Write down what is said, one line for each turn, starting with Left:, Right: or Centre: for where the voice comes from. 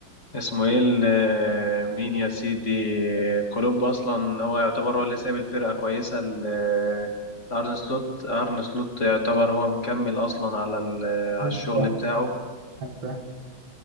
Left: اسمه ايه ال- آه، مين يا سيدي كلوب اصلا هو يعتبر هو اللي سايب الفرقه كويسه ل- آه، لارن سلوت ارن سلوت يعتبر هو مكمل اصلا على ال- آه، على
Right: فاهم
Left: الشغل
Right: فاهم
Left: بتاعه
Right: فاهم